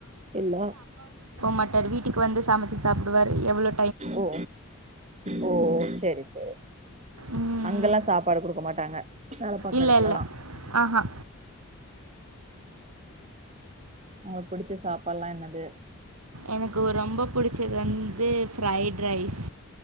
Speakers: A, on the right; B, on the right.
A: இல்ல
B: மாட்டர் வீட் டுக்கு வந்து சமச்சு சாப்டுவாரு எவ்ளோ
A: ஓ ஓ செரி செரி
B: ம்,
A: அங்கெல்லா சாப்பாடு குடுக்க மாட்டாங்க வேல பாக்குற
B: இல்லை
A: எடத்துலல்லா
B: இல்லை ஆஹா
A: உங்களுக்கு புடிச்ச சாப்பாடுலா என்னது
B: எனக்கு ரொம்ப புடிச்சது வந்து ஃப்ரைட் ரைஸ்